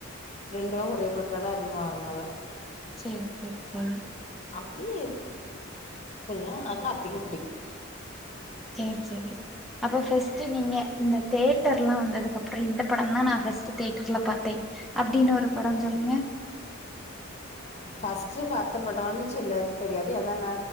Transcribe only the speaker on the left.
ரெண்டுமெ ஒரே படத்துல தா அறிமுக ஆனாங்க
அப்டி கொஞ்சோ கார்த்திக்க புடிக்கு
<unintelligible> ஃபஸ்ட் பாத்த படம்ன்னனு சொல்லக்கு தெரியாது ஏன்னா நா